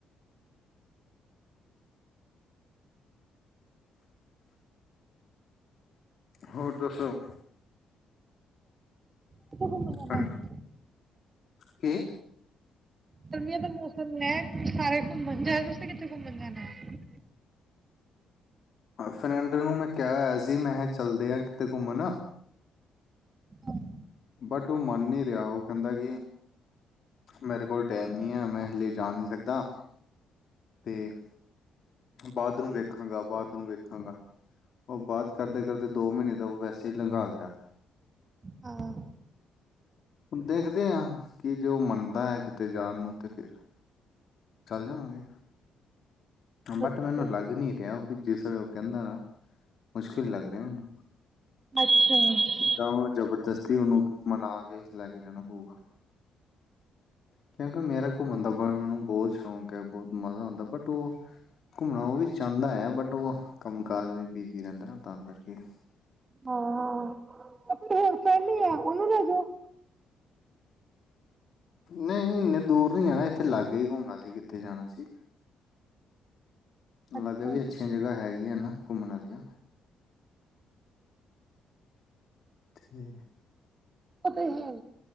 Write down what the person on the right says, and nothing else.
ਕਿੱਥੇ ਘੁੰਮਣ ਜਾਣਾ?
ਗਰਮੀਆਂ ਦਾ ਮੌਸਮ ਹੈ ਸਾਰੇ ਘੁੰਮਣ ਜਾ ਰਹੇ ਤੁਸੀਂ ਕਿੱਥੇ ਘੁੰਮਣ ਜਾਣਾ ਹੈ।
ਹਮ-
ਹਾਂ
ਅੱਛਾ
ਅਛਾ-
ਹਾਂ ਹਾਂ ਹੋਰ ਕੋਈ ਨਹੀ ਆ ਉਹਨੂੰ ਲੈ ਜੋਓ
ਅੱਛਾ
ਅਤੇ ਹੂੰ